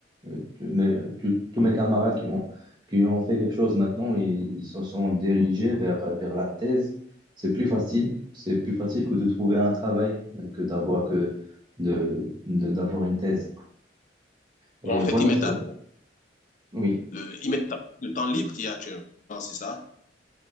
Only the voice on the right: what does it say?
euh, tu- mais tu- tous mes camarades qui ont, qui ont fait quelque chose maintenant, ils, ils se sont dirigés vers, vers la thèse. C'est plus facile. C'est plus facile que de trouver un travail euh, que d'avoir que de, de- d'avoir une thèse. Et
voilà,
c'est...
Oui.